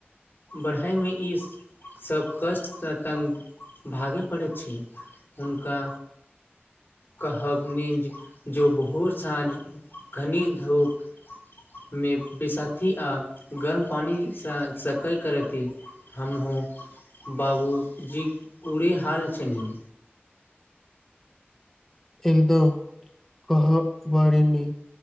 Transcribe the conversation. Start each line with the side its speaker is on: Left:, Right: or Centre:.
Left: बढ़ाइमे ई सभ कष्ट सँ तंग भागय पड़ै छै हुनका कहब ने जे जो भोर साँझ कनि धूप मे वैसथी आ गरम पानि सँ सेकाइ करैति हमहुं बाबूजी बुड़ी हाल छनि।
Centre: एकदम कहाँ बारेनि।